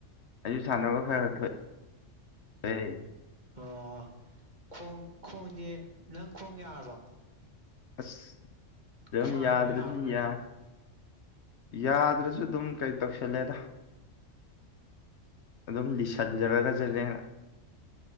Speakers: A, on the left; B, on the right.
A: ꯁꯅꯅꯕ ꯈꯔꯣꯏꯦ ꯍꯥꯏꯣꯏ
B: ꯑꯣ ꯈꯣꯡ ꯈꯣꯡꯁꯦ ꯅꯪ ꯈꯣꯡ ꯌꯥꯔꯕꯣ
A: ꯑꯁ ꯑꯗꯨꯝ
B: ꯈ꯭ꯋꯥꯡꯗꯣ
A: ꯌꯥꯗ꯭ꯔꯁꯨ
B: ꯌꯥꯔꯕꯣ ꯅꯪꯒꯤ
A: ꯌꯥ ꯌꯥꯗ꯭ꯔꯁꯨ ꯑꯗꯨꯝ ꯀꯩ ꯇꯧꯁꯜꯂꯦꯗ ꯑꯗꯨꯝ ꯂꯤꯁꯟꯖꯔꯒꯁꯤꯅꯦ